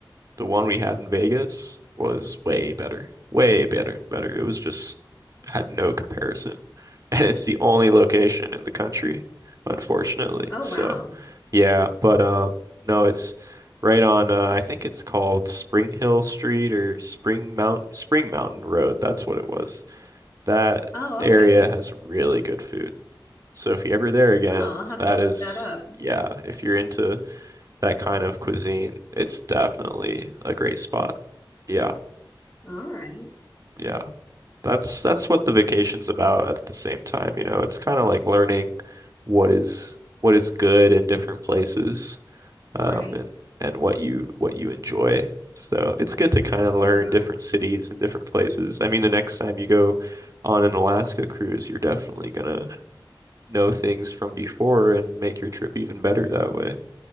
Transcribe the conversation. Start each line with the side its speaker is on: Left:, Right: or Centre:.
Right: the one we had in Vegas was way better. Way better, better. It was just had no comparison. <laughs> And it's the only location in the country, unfortunately.
Left: Oh
Right: So,
Left: wow.
Right: yeah, but um no, it's right on uh, I think it's called Spring Hill Street or Spring Mountain Spring Mountain Road. That's what it was. That
Left: Oh,
Right: area
Left: okay.
Right: has really good food. So if you're ever there again,
Left: Oh, I'll have
Right: that
Left: to look
Right: is
Left: that up.
Right: yeah, if you're into that kind of cuisine, it's definitely a great spot. Yeah,
Left: All right.
Right: yeah. That's that's what the vacation's about at the same time, you know. It's kind of like learning what is what is good in different places,
Left: Right.
Right: um, and and what you what you enjoy. So it's good to kind of learn
Left: Yeah.
Right: different cities and different places. I mean, the next time you go on an Alaska cruise, you're definitely gonna know things from before and make your trip even better that way.